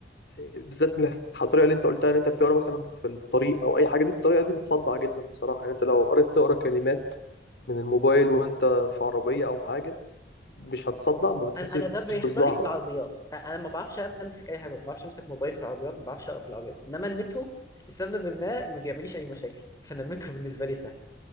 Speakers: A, on the left; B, on the left.
A: بالذات من الطريقة اللي أنت قلتها إن أنت بتقرا مثلا في الطريق أو أي حاجة دي الطريقة دي بتصدع جدا بصراحة يعني أنت لو قريت تقرا كلمات من الموبايل وأنت في عربية أو حاجة مش هتصدع ما بتحسش
B: انا انا ده بيحصل
A: بصداع
B: لي في العربيات أ- انا ما بعرفش أم- امسك اي حاجه ما بعرفش امسك موبايل في العربيات ما بعرفش اقرا في العربيات انما المترو لسبب ما ما بيعمليش اي مشاكل عشان المترو بالنسبه لي سهل